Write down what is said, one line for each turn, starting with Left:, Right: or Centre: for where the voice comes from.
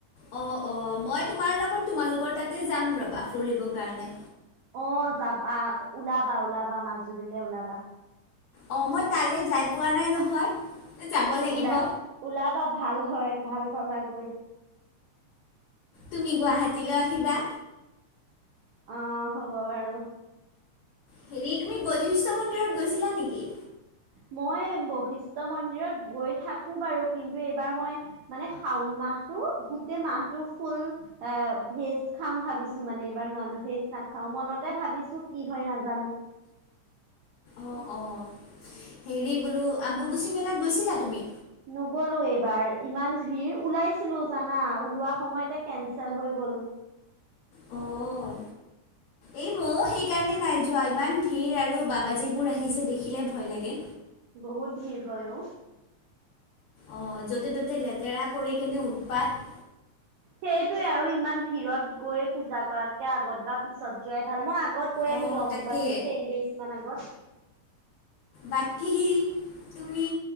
Left: অহঁ, অঁহ মই তোমাৰ লগত তোমালোকৰ তাতে যাম ৰ'বা ফুৰিবৰ কাৰণে।
Right: অ যাবা ওলাবা ওলাবা মাজুলীলে ওলাবা।
Left: অহঁ মই তালৈ যাই পোৱা নাই নহয় যাব লাগিব।
Right: ওলা ওলাবা ভাল হয় ভাল পাবা গৈ।
Left: তুমি গুৱাহাটীলৈ আহিবা।
Right: অ হ'ব বাৰু।
Left: হেৰি তুমি বৈশিষ্ট্য মন্দিৰত গৈছিলা নেকি!
Right: মই বৈশিষ্ট্য মন্দিৰত গৈ থাকো বাৰু কিন্তু এইবাৰ মই। মানে শাওন মাহটো গোটেই মাহটো ফুল। এ ভেজ খাম ভাবিছো মানে এইবাৰ নন ভেজ নাখাঁও মনত। তাকে ভাবিছো কি হয় নাজানো।
Left: অ অ, হেৰি বোলো আম্বুবুচি মেলাত গৈছিলা তুমি?
Right: নগলো এইবাৰ ইমান ভিৰ ওলাইছিলো জানা ওলোৱা সময়তে কেনঞ্চেল হৈ গ'ল।
Left: অ', এই ময়ো সেইকাৰণে নাই যোৱা ইমান ভিৰ আৰু বাবাজীবোৰ আহিছে দেখিলে ভয় লাগে।
Right: বহুত ভিৰ হয় অও।
Left: অহঁ য'তে ত'তে লেতেৰা কৰি কেনে উৎপাত।
Right: সেইটোৱে আৰু ইমান ভিৰত গৈ পূজা কৰাতকে আগত বা পিছত যোৱাই ভাল। মই- কত গৈ
Left: অ',
Right: আহিলো অম্বুবাচীৰ
Left: তাকে।
Right: টেন ডেইজ মান আগত-
Left: বাকী তুমি